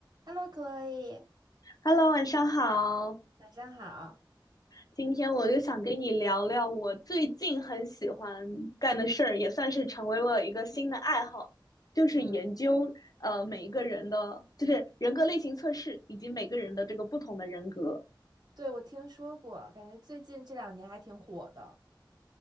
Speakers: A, on the right (about 55°); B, on the left (about 50°).
A: Hello，Chloe，
B: Hello，晚上好。
A: 晚上好。
B: 今天我就想跟你聊聊我最近很喜欢干的事儿，也算是成为我一个新的爱好，就是研究呃每一个人的，
A: 嗯，
B: 就是人格类型测试以及每个人的这个不同的人格。
A: 对，我听说过，感觉最近这两年还挺火的。